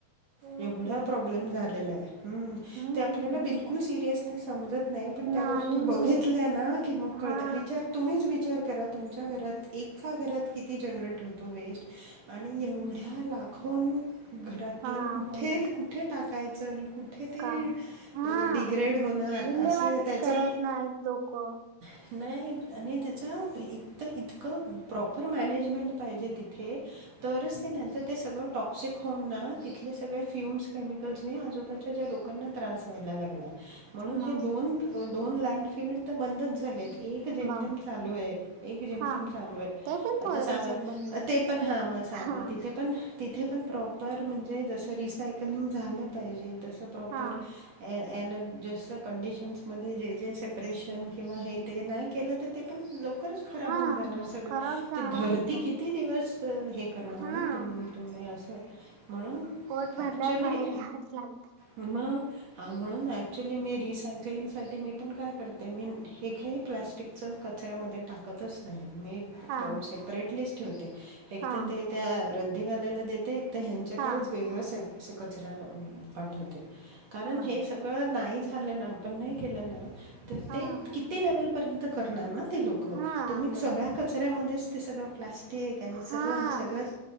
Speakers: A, on the right; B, on the right.
A: बापरे
B: एवढा प्रॉब्लेम झालेला आहे. हम्म!
A: हम्म
B: त्या आपल्याला बिलकुल सिरियसनेस समजत नाही. पण
A: नाही
B: त्या गोष्टी बघीत इतले ना की मग कळत.
A: हा
B: विचार तम्हीच विचार करा, तुमच्या घरात एका घरात किती जनरेट होतो वेस्ट आणि एवढ्या लाखों घरातलं
A: हा
B: कुठे
A: बरोबर
B: कुठे टाकायचं आणि कुठे ते,
A: का हा,
B: डिग्रेड होणार
A: विल्लेवाटच
B: असं त्याचं
A: करत नाहीत लोक.
B: नाही आणि त्याचं इतं इतकं प्रॉपर मॅनेजमेंट पाहिजे ति थे तरच ते नाही तर ते सगळं टॉक्सिक होऊन ना! तिथले सगळे फ्युम्स केमिकल्सनी आजूबाजू च्या लोकांना त्रास ला <unintelligible> म्हणून
A: मग
B: हे दोन
A: ते.
B: - दोन लँड फील्ड तर बंदच झाले ऐक एक जेमतेम
A: बघा
B: चालू आहे एक जेमतेम
A: हा
B: चालूय.
A: ते पण
B: आता
A: थोड्या
B: सांगा,
A: दिवसात बंद होईल
B: ते पण हा मग सांगा
A: हा
B: तिथे पण तिथे पण प्रॉपर म्हणजे जसं रिसायकलिंग झालं पाहिजे. तसं प्रॉपर
A: हा
B: एनर्जेस्ट कंडिशन्समध्ये जे जे सेपरेशन किंवा हे ते नाही केलं त ते पण लवकरच. खराब
A: हा
B: होऊन जाणार सगळं.
A: खराब जाणारच
B: ते धरती
A: आहे
B: किती दिवस हे करणार
A: हा
B: ना तुम तुम्ही असं, म्हणून
A: पोट
B: ॲक्च्युली
A: भरल्यावर बाहेर यावंच लागत.
B: मग हा म्हणून ऍक्च्युली मी रिसायकलिंग साठी मी पण काय करते. मी हे काही प्लस्टिकच कचऱ्यामध्ये टाकतच नाही मी.
A: हा
B: सेपरेटलीच ठेवते एक
A: हा
B: तर ते त्या रद्दीवाल्याला दे ते एक तर ह्यांच्याकडेच
A: हा
B: वेगळं स असे कचरा पाठवते. कारण
A: बघा
B: हे सगळं नाही झालं ना! आपण नाही केलं ना! तर
A: हा
B: ते किती लेवलपर्यंत करणार ना ती लोकं
A: हा
B: तुम्ही
A: बरोबर
B: सगळ्या कचऱ्यामध्येच ते सगळं प्लास् ठीक आहे आणि सगळं
A: हा
B: सगळंच